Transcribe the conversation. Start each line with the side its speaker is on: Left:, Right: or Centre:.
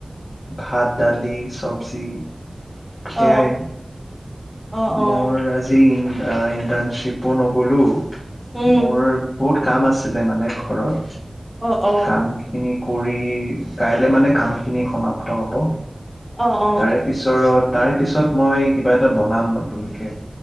Left: ভাত দালি চবজি সয়াই
Centre: অ অ অ
Left: মোৰ আজি ইণ্টাৰ্ণশ্বিপো নগ'লো
Centre: উম
Left: মোৰ বহুত কাম আছে। আছিলে মানে ঘৰত
Centre: অ অ
Left: কাম খিনি কৰি াই মানে কামখিনি সমাপ্ত হ'ব।
Centre: অ অ
Left: তাৰে পিছৰত তাৰে পিছত মই কিবা এটা বনাম নতুনকৈ